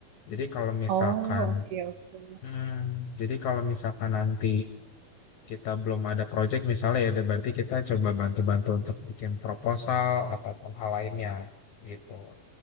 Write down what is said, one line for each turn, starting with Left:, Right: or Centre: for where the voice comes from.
Left: jadi kalau misalkan
Right: Oh oke oke.
Left: Hmm, jadi kalau misalkan nanti kita belum ada project misalnya ya, berarti kita coba bantu-bantu untuk bikin proposal ataupun hal lainnya gitu.